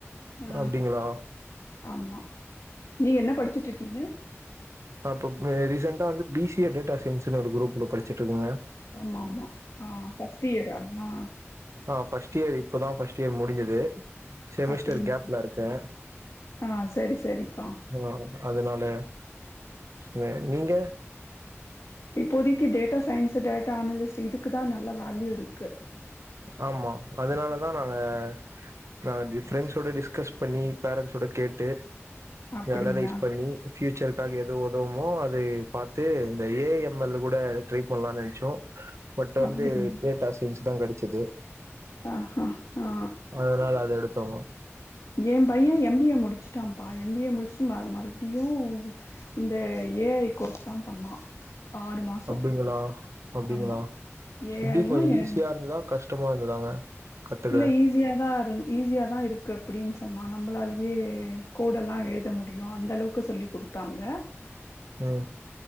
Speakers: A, on the left (about 70°); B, on the right (about 75°).
A: அ
B: அப்டிங்களா
A: ஆமா நீங்க என்ன படிச்சிட்டு இருக்கீங்க
B: நா அப்பப்ப ரீசெண்டா வந்து பிசி டேட்டா சைன்ஸ்ன்னு ஒரு குரூப்ல படிச்சிட்டு இருக்கங்க
A: ஆமா ஆமா ஆ ஃபஸ்ட் இயரு ஆ
B: ஆ ஃபஸ்ட் இயர் இப்பதா ஃபஸ்ட் இயர் முடிஞ்சது செமிஸ்டர்
A: அப்டிங்
B: கேப்ல இருக்கே
A: ஆ சரி சரிப்பா
B: ஆ அதனால அ நீங்க
A: இப்போதைக்கி டேட்டா சயின்ஸு டேட்டா அனலிஸ்டு இதுக்கு தா நல்ல வேல்யூ இருக்கு
B: ஆமா அதனாலதா நாங்க நா ஃப்ரெண்ட்ஸோட டிஸ்கஸ் பண்ணி பேரன்ட்ஸ்சோட கேட்டு
A: அப்டிங்களா
B: அனலைஸ் பண்ணி ஃப்யூச்சருக்காக எதோ உதவுமோ அதை பாத்து இந்த ஏஎம்எல் கூட ட்ரை பண்ணலாம்னு நென்ச்சோ பட் வந்து
A: அப்டிங்களா
B: டேட்டா சைன்ஸ் தா கெடச்சது
A: ஆஹ ஹா
B: அதனால அத எடுத்தோ
A: ஏ பையே எம்பிஏ முடிச்சிட்டாப்பா எம்பிஏ முடிச்சிட்டு ம மறுபுடியு இந்த ஏஐ கோர்ஸ் தா பண்ணா ஆறு மாசோ
B: அப்டிங்களா அப்டிங்களா
A: ஆமா ஏ
B: எப்டி
A: ஐயு
B: கொஞ்சோ
A: ஏ
B: ஈஸியா இருந்ததா கஷ்டமா இருந்ததாங்க கத்துக்க
A: இல்ல ஈஸியா தா இருந் ஈஸியா தா இருக்கு அப்டின்னு சொன்னா நம்மளாலேயே கோடெல்லா எழுத முடியு அந்தளவுக்கு சொல்லி கொடுத் த்தாங்க
B: அஹ்